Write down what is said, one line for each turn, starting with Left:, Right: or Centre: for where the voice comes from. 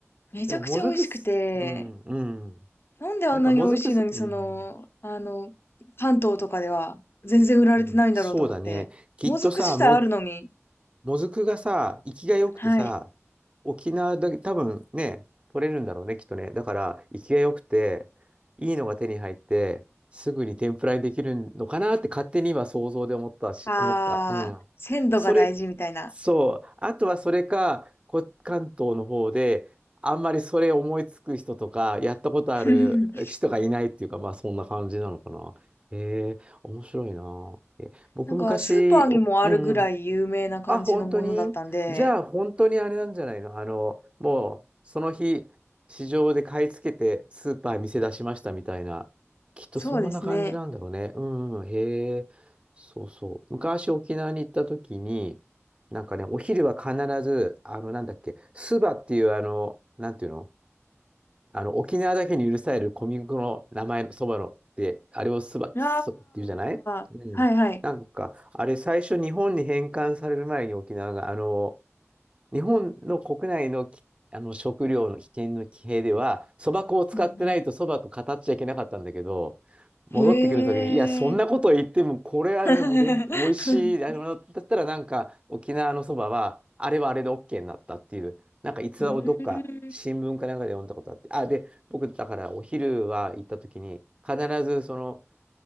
Left: めちゃくちゃ美味しくて、
Right: でも、もずくす、うん、うん。
Left: なんであんなに美味しいのに、
Right: なんか、もずくす、うん、
Left: その、あの、関東とかでは全然売られてないんだろうと思って。
Right: うん、そうだね。きっとさ、
Left: もずく自体あるのに、
Right: も、もずくがさ、生きが良くてさ、
Left: はい。
Right: 沖縄だけ、多分ね、取れるんだろうね、きっとね。だから、生きが良くて、いいのが手に入って、すぐに天ぷらにできるのかなって勝手に今想像で思ったし、
Left: あー、
Right: 思った。うん。
Left: 鮮度が大事みたいな。
Right: それ、そう。あとはそれか、こ、関東の方で、あんまりそれ思いつく人とか、やったことある人がいないっていうか、
Left: <laughs>
Right: まあそんな感じなのかな。へえ、面白いな。え僕昔、
Left: なんか、スーパーにもあるぐらい有名な感じのものだったんで、
Right: お、うんうん。あ、本当にじゃあ本当にあれなんじゃないのあの、もうその日、市場で買い付けてスーパー店出しましたみたいな。きっとそんな感じなんだろうね。
Left: そうですね。
Right: うんうん、へえ。そうそう。昔沖縄に行った時に、なんかね、お昼は必ず、あの、なんだっけ、スバっていうあの、なんていうのあの、沖縄だけに許される小麦粉の名前のそばのって、あれをすば、
Left: あ
Right: そって言うじゃないうん。
Left: あ、はいはい。
Right: なんか、あれ最初日本に返還される前に沖縄が、あの、日本の国内のき、あの食料の危険の騎兵では、そば粉を使ってないとそばと語っちゃいけなかったんだけど、
Left: うんうん。
Right: 戻ってくるときに、
Left: へえ。
Right: いや、そんなこと言っても、これはね、
Left: <laughs>
Right: もうでん、美味しい、あの、だったらなんか、沖縄のそばは、あれはあれで OK になったっていう、なんか逸話をどっか新聞かなんかで読んだことあって、
Left: うーん。
Right: あ、で、僕、だからお昼は行ったときに、必ずその、